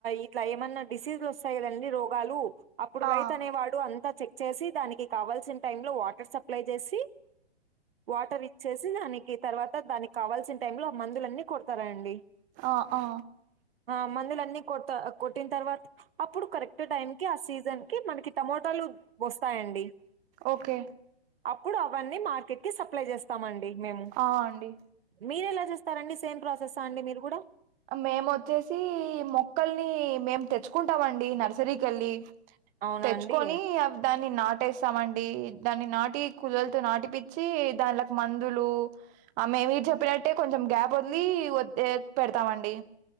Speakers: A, on the right (about 60°); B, on the right (about 25°).
A: ఇట్లా ఏమన్నా డిసీజ్లు వస్తాయి కదండి రోగాలు అప్పుడు
B: ఆ
A: రైతు అనేవాడు అంత చె చేసి దానికి కావల్సిన టైమ్ లో వాటర్ సప్లై చేసి వాటర్ ఇచ్చేసి దానికి తర్వాత దానికి కావాల్సిన టైమ్ లో మందులన్నీ కొ తరండి
B: ఆ ఆ
A: ఆ మందులు అన్ని కోడ్త కొట్టిన తర్వా అప్పుడు కరెక్ట్ టైంకి ఆ సీజన్ కి మనకి టమోటాలు వస్తాయండి
B: ఓకే
A: అప్పుడు అవన్నీ మార్కెట్ కి సప్లై చేస్తామండి మేము
B: ఆ అండి
A: మీరేలా చేస్తారండి సేమ్ ప్రాసెసా అండి మీరు కూడా
B: మేమోచ్చేసి మొక్కల్ని మేము తెచ్చుకుంటామండి నర్సరీకెళ్ళి
A: అవునా
B: తెచ్చుకొని
A: అండి
B: అవి దాన్ అన్ని నాటేస్తామండి దాన్ని నాటి కులోళ్లతో నాటిపిచ్చి దాండ్లకు మందులు ఆ మే మీరు చెప్పినట్టే కొంచెం గ్యాప్ వదిలి పెడత్ తమండి